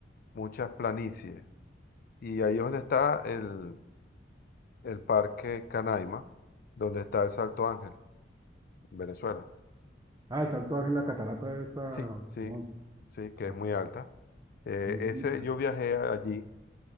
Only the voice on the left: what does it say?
muchas planicies. Y ahí es donde está el, el Parque Canaima, donde está el Salto Ángel, en Venezuela.
Sí, sí,
sí, que
es muy alta. Eh,
ese, yo viajé a- allí,